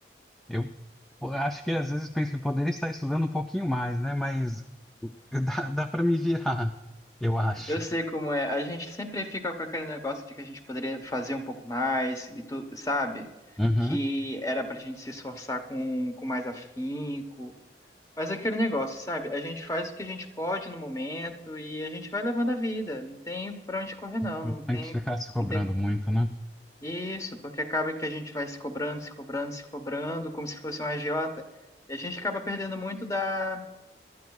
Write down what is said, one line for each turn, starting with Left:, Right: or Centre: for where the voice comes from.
Centre: eu eu acho que às vezes penso que poderia estar estudando um pouquinho mais, né? Mas <laughs> dá, dá para me virar, eu acho.
Left: Eu sei como é. A gente sempre fica com aquele negócio de que a gente poderia fazer um pouco mais, e tu sabe?
Centre: Uhum.
Left: Que era pra gente se esforçar com, com mais afinco. Mas é aquele negócio, sabe? A gente faz o que a gente pode no momento e a gente vai levando a vida. Não tem pra onde correr, não.
Centre: Não
Left: Não tem,
Centre: Tem que ficar se cobrando
Left: não tem
Centre: muito, né?
Left: isso, porque acaba que a gente vai se cobrando, se cobrando, se cobrando, como se fosse um agiota. E a gente acaba perdendo muito da,